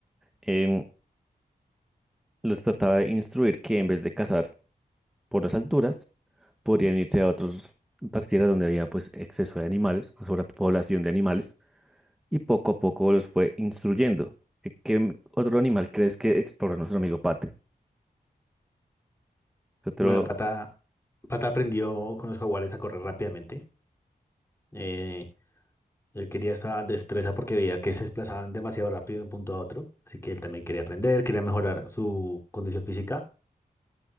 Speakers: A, in the centre; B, on the left.
A: em, los trataba de instruir que en vez de cazar por las alturas, podrían irse a otros otras tierras donde había pues exceso de animales, sobrepoblación de animales, y poco a poco los fue instruyendo. ¿Qué, qué otro animal crees que exploró nuestro amigo Pata? Otro,
B: bueno, Pata, Pata aprendió con los jaguares a correr rápidamente. Eh, Él quería esa destreza porque veía que se desplazaban demasiado rápido de un punto a otro, así que él también quería aprender, quería mejorar su condición física,